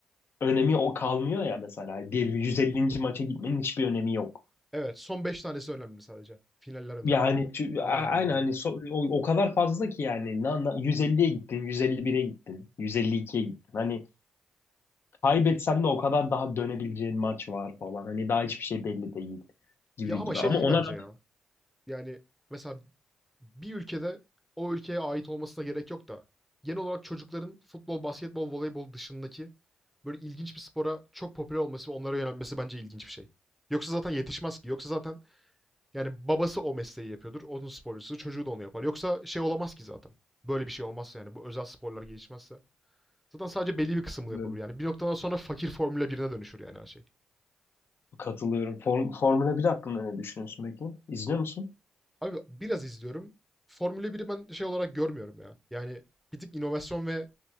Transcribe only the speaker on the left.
önemi o kalmıyor ya mesela. Bir 150. maça gitmenin hiçbir önemi yok.
Yani
çü-
a- aynen
hani so- o, o kadar fazla ki yani na, na- 150'ye gittin, 151'e gittin, 152'ye gittin. Hani kaybetsen de o kadar daha dönebileceğin maç var falan. Hani daha hiçbir şey belli değil gibi
gibi.
Ama
ona
rağmen
Bilmiyorum.
katılıyorum. Form, Formula 1 hakkında ne düşünüyorsun peki? İzliyor musun?